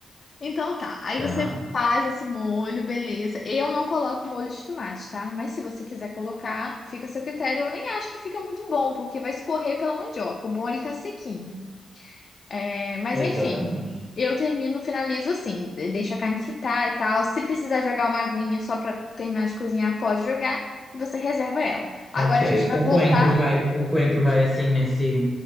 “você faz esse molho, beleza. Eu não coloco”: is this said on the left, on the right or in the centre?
Left